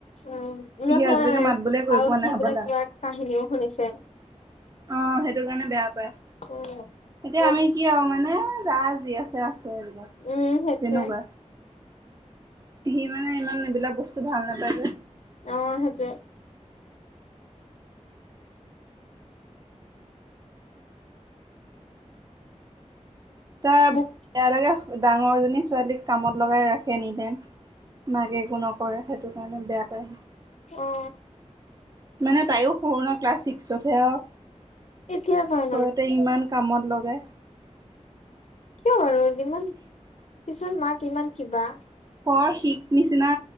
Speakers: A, on the left (about 70°); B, on the right (about 30°).
A: উম নহয়
B: সি আজিলৈকে মাত বোলে কৰি
A: আৰু
B: পোৱা
A: সি
B: নাই হবলা
A: বোলে কিবা কাহিনীও শুনিছে
B: অ সেইটো কাৰণে বেয়া পায়
A: উম
B: এতিয়া
A: মোক
B: আমি কি আও মানে যা যি আছে আছে এইবিলাক
A: উম সেইটোৱে
B: তেনেকুৱা সি মানে ইমান এইবিলাক বস্তু ভাল নাপায় যে
A: অহ সেইটোৱে
B: তাৰ
A: মোক
B: বেয়া লাগে ডাঙৰজনী ছোৱালীক কামত লগাই ৰাখে এনিটাইম মাকে একো নকৰে সেইটো কাৰণে বেয়া পায় সি
A: অ
B: মানে তাইও সৰু ন ক্লাছ ছিক্সতহে
A: এতিয়া ক
B: ঘৰতে ইমান কামত লগাই
A: কিয় বাৰু ইমান কিছুমান মাক ইমান কিবা
B: পৰ শিক নিচিনা